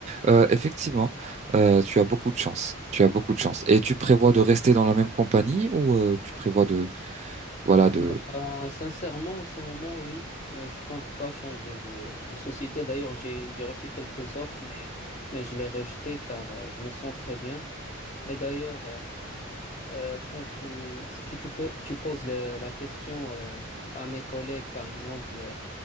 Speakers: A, on the right (about 35°); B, on the left (about 35°).
A: Euh, effectivement, euh, tu as beaucoup de chance. Tu as beaucoup de chance. Et tu prévois de rester dans la même compagnie ou euh, tu prévois de, voilà, de...
B: Bah, sincèrement, en ce moment, oui, euh, je compte pas changer de, de société. D'ailleurs, j'ai, j'ai reçu quelques offres, mais, mais je les rejetées car euh, je me sens très bien. Et d'ailleurs, euh, euh, quand tu, si, si tu peux, tu poses le- la question euh, à mes collègues, par exemple, euh,